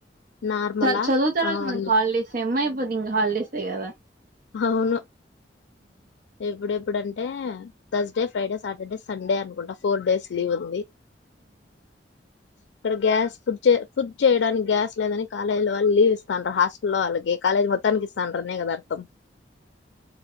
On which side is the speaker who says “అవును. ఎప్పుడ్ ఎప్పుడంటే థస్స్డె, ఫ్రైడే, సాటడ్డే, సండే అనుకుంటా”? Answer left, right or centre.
Left